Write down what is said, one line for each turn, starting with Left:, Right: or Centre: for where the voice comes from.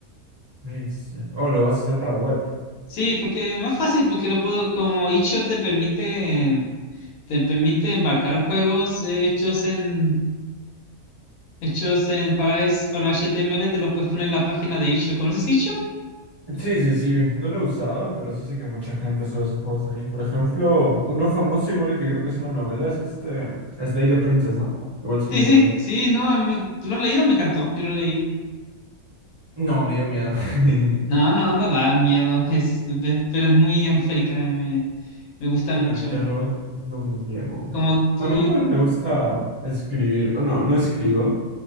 Right: Razer. Oh, lo vas a hacer para web.
Left: Sí, porque es más fácil, porque lo puedo, como itch.io te permite, te permite embarcar juegos eh, hechos en, hechos en, para, es- para HTML, te lo puedes poner en la página de itch.io. ¿Conoces itch.io?
Right: Sí, sí, sí. No lo he usado, pero sí sé que mucha gente sube esos juegos ahí. Por ejemplo, uno famoso igual y que creo que es una novela es este Slay the Princess, ¿no? Igual salió
Left: Sí,
Right: por
Left: sí,
Right: ahí.
Left: sí, no, a mí, ¿tú lo has leído? Me encantó, yo lo leí.
Right: No, me dio miedo. <laughs>
Left: No, no, no da miedo, <laughs> es, es- pero es muy atmosférica, me, me gusta
Right: Con
Left: mucho.
Right: el terror no me llevo.
Left: Como tú,
Right: A mí igual me gusta escribir, o no, no escribo.